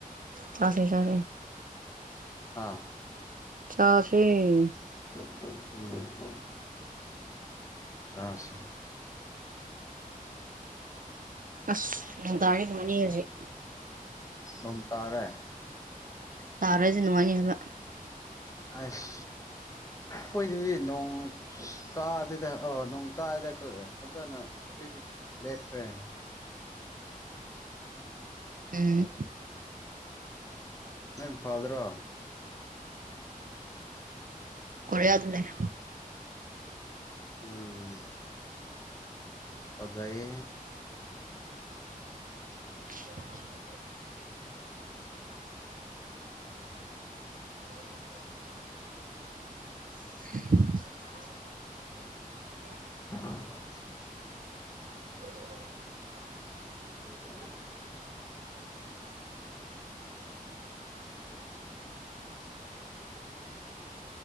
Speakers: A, on the right; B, on the left.
A: ꯆꯥꯁꯦ ꯆꯥꯁꯦ
B: ꯑꯥ <inaudible>
A: ꯆꯥꯁꯦ
B: ꯎꯝ ꯑꯁ
A: ꯑꯁ ꯇꯔꯦꯛ ꯃꯅꯤꯒꯖꯤ <inaudible>
B: ꯅꯣꯡ ꯇꯥꯔꯦ
A: ꯇꯥꯔꯥꯖ ꯅꯨꯡꯉꯅꯤ ꯍꯥꯏꯕ
B: ꯑꯁ ꯈꯣꯏꯅꯤꯅꯦ ꯅꯣꯡ ꯇꯥꯗꯗ ꯑ ꯅꯨꯡ ꯇꯥꯏꯗ ꯐꯖꯅ ꯍꯧꯗꯤ ꯂꯦꯐ ꯍꯦꯟ
A: ꯎꯝ
B: ꯅ ꯏꯝ ꯐꯥꯗ꯭ꯔꯣ
A: ꯀꯔꯌꯥꯗꯅꯦꯦ
B: ꯎꯝ ꯄꯖꯏ
A: <inaudible> <inaudible> <inaudible>
B: <inaudible>
A: ꯑꯁꯥ <inaudible>
B: <inaudible>